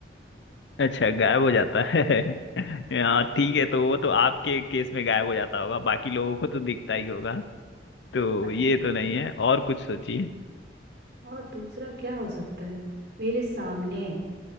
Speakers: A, on the left; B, on the right.
A: अच्छा गायब हो जाता है <laughs> हाँ ठीक है तो वो तो आपके केस में गायब हो जाता होगा बाकी लोगों को तो दिखता ही होगा तो
B: अच्छा
A: ये तो नहीं है और कुछ सोचिए
B: और दूसरा क्या हो सकता है मेरे सामने है